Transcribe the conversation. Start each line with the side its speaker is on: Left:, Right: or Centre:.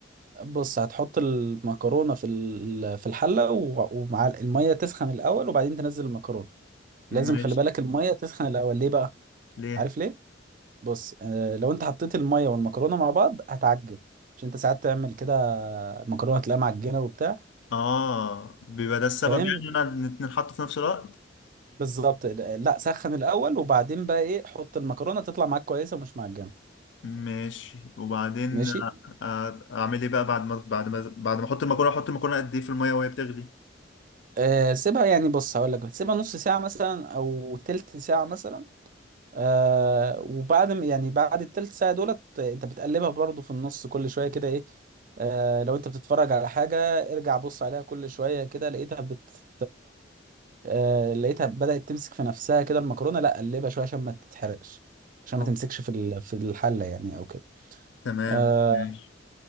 Right: بص هتحط المكرونة في ال... في الحلة و... ومع المية تسخن الأول وبعدين تنزل المكرونة لازم
Left: ماشي
Right: خلي بالك المية تسخن الأول ليه بقى
Left: ليه
Right: عارف ليه؟ بص آه، لو انت حطيت المية والمكرونة مع بعض هتعجن مش انت ساعات تعمل كده مكرونة تلاقيها معجنة وبتاع
Left: آه بيبقى ده السبب
Right: فاهم
Left: يعني إن أنا الاتنين حطوا في نفس الوقت
Right: بالظبط لا سخن الأول وبعدين بقى ايه حط المكرونة تطلع معاك كويسة ومش معجنة
Left: ماشي وبعدين
Right: ماشي
Left: آه، آه، أعمل إيه بقى بعد ما بعد ما بعد ما أحط المكرونة أحط المكرونة قد إيه في المية وهي بتغلي
Right: آه سيبها يعني بص هقول لك سيبها نص ساعة مثلا أو تلت ساعة مثلا آه وبعد ما- يعني بعد التلت ساعة دولت آه، انت بتقلبها برضو في النص كل شوية كده ايه آه لو انت بتتفرج على حاجة ارجع بص عليها كل شوية كده لقيتها بت آه لقيتها بدأت تمسك في نفسها كده المكرونة لا قلبها شوية عشان ما تتحرقش عشان
Left: أوك.
Right: ما تمسكش في ال- في الحلة يعني او كده
Left: تمام
Right: آه
Left: ماشي